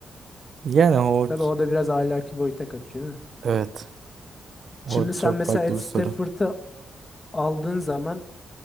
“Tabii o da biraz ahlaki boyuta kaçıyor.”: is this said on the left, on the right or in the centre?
Left